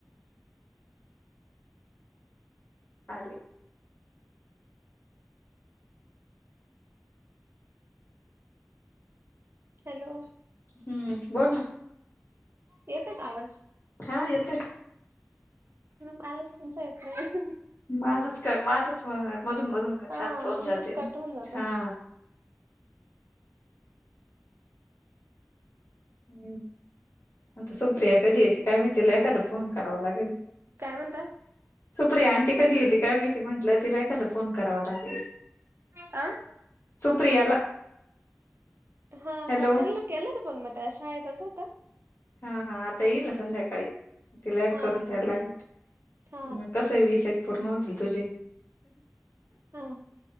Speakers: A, on the left (about 65°); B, on the right (about 65°).
A: आले.
B: हॅलो
A: हम्म बोोल ना
B: येतंय का आवाज
A: हा येत
B: बालच केंच येत नाही
A: माझच का माझच मधून मधून
B: हा
A: शांत होऊन
B: तुमचंच
A: जाते
B: कट होऊन जात
A: हा हम् आता सुप्रिया कधी येते काय मी तिला एखादा फोन करावा लागेल
B: काय म्हणता
A: सुप्रिया आणंटी कधी येत काय मीती म्हंटलं तिला एखदां फोन कराव लागेल
B: अं
A: सुप्रियाला
B: हा
A: हॅलो
B: हा त्यांना केलंत पण मग अशा आहे तसं आता
A: हा हा आता येईल संध्याकाळी ति लॅग
B: हा
A: करून द्यायला लागेल
B: हा
A: मग कस वीस एक पूर्ण होतील तुझे
B: हम